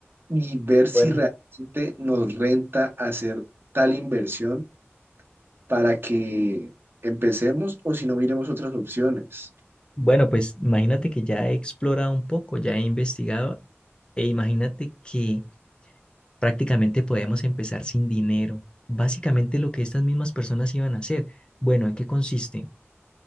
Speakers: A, on the right; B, on the left.
A: y ver si
B: Bueno,
A: realmente nos renta hacer tal inversión para que empecemos o si no miremos otras opciones.
B: Bueno, pues imagínate que ya he explorado un poco, ya he investigado e imagínate que prácticamente podemos empezar sin dinero. Básicamente lo que estas mismas personas iban a hacer. Bueno, ¿en qué consiste?